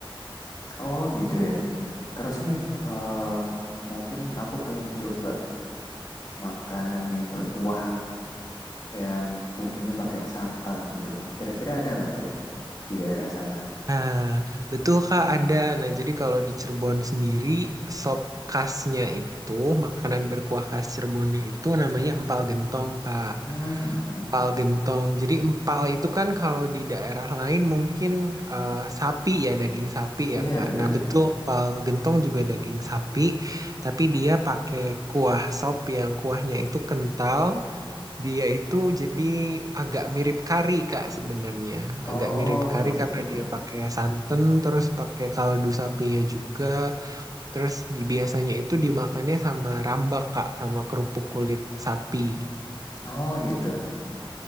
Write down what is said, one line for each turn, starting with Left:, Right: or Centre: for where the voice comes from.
Left: Oh gitu ya. Terus nih, eh mungkin aku pengen coba makanan yang berkuah, yang bumbunya pakai santan gitu. Kira-kira ada nggak tuh di daerah sana?
Right: Nah, betul Kak ada. Nah, jadi kalau di Cirebon sendiri sop khasnya itu makanan berkuah khas Cirebonnya itu namanya empal gentong Kak.
Left: Hmm, hmm, hmm. hmm.
Right: Empal gentong. Jadi empal itu kan kalau di daerah lain mungkin eh, sapi ya, daging sapi ya
Left: Iya
Right: Kak.
Left: benar.
Right: Nah, betul empal gentong juga daging sapi, tapi dia pakai kuah sop yang kuahnya itu kental, dia itu jadi agak mirip kari Kak sebenarnya. Agak
Left: Oh
Right: mirip kari
Left: gitu
Right: karena
Left: gitu.
Right: dia pakai santan, terus pakai kaldu sapinya juga. Terus di- biasanya itu dimakannya sama rambak Kak, sama kerupuk kulit sapi. <laughs>
Left: Oh gitu.